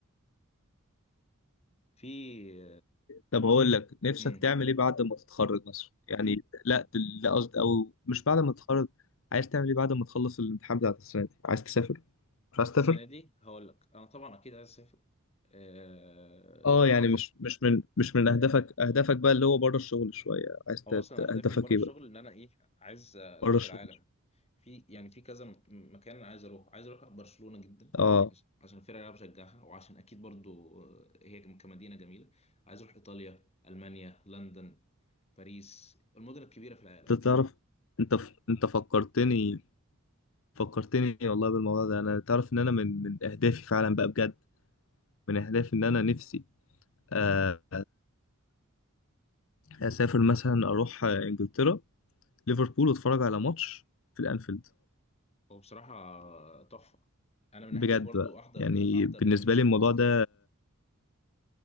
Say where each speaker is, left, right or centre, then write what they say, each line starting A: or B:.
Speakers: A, on the left; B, on the left.
A: في
B: طب اقول لك نفسك
A: امم
B: تعمل ايه بعد ما تتخرج مثلا يعني لا دل- لا قصدي او مش بعد ما تتخرج عايز تعمل ايه بعد ما تخلص الامتحان بتاع السنه دي عايز تسافر مش عايز
A: السنه
B: تسافر
A: دي هقول لك انا طبعا اكيد عايز اسافر آه،
B: اه يعني مش مش من مش من اهدافك اهدافك بقى اللي هو بره الشغل شويه عايز
A: هو
B: ت- ت-
A: اصلا اهدافي
B: اهدافك
A: من بره
B: ايه
A: الشغل
B: بقى
A: ان انا ايه عايز الف
B: بره الشغل
A: العالم في يعني في كذا م- مكان أنا عايز اروح عايز اروح برشلونه جدا
B: اه
A: عش- عشان الفرقه اللي انا بشجعها وعشان اكيد برضو آه، هي كم- كمدينه جميله عايز اروح ايطاليا المانيا لندن باريس المدن الكبيره في العالم
B: انت تعرف انت ف... انت فكرتني فكرتني والله بالموضوع ده انا تعرف ان انا من من اهدافي فعلا بقى بجد من اهدافي ان انا نفسي آه، اسافر مثلا اروح آه، انجلترا ليفربول واتفرج على ماتش في الانفيلد
A: وبصراحه آه، تحفه انا من
B: بجد
A: اهدافي برضو
B: بقى
A: احضر
B: يعني
A: احضر
B: بالنسبه
A: يعني مثلا
B: لي الموضوع
A: ماتش قوي
B: ده